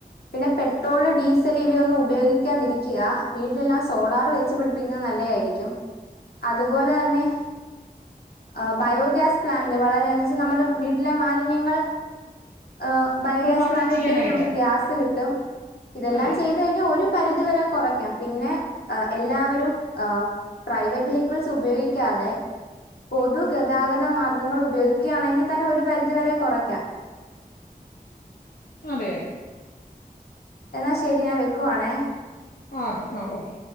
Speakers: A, on the left (about 85°); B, on the left (about 70°).
A: പിന്നെ പെട്രോള് ഡീസൽ ഇവയൊന്നും ഉപയോഗിക്കാതിരിക്കുക വീട്ടില് എല്ലാം സോളാർ വെച്ചു പിടി പ്പിക്കുന്നെ നല്ലയായിരിക്കും അതുപോലെ അന്നെ ആഹ് ബയോഗ്യാസ് പ്ലാന്റ് വളരാന് ത് നമ്മുടെ വീട്ടിലെ മാലിന്യങ്ങൾ ഏ ബയോഗ്യാസ്
B: മാർജർ
A: പ്ലാന്റ്
B: ചെയ്യാനായിട്ട്
A: ഇട്ട് കഴിഞ്ഞാൽ നമുക്ക് ഗ്യാസ് കിട്ടും ഇതെല്ലാം
B: അതെ
A: ചെയ്ത് കഴിഞ്ഞാൽ ഒരു ഒരു പരിധി വരെ കൊറയ്ക്കാം പിന്നെ എ എല്ലാവരും ഏ പ്രൈവല്ലി പെൾസ് ഉപയോഗിക്കാതെ പൊതുഗതാഗത മാർഗ്ഗങ്ങൾ ഉപയോഗിക്കുക ആണെങ്കിൽ തന്നെ ഒരു പരിധിവരെ കൊറയ്ക്കാം
B: അതെ അതെ
A: എന്നാ ശരി ഞാ വെക്കുവാണേ
B: ആഹ് അതെ ആഹ് ഓ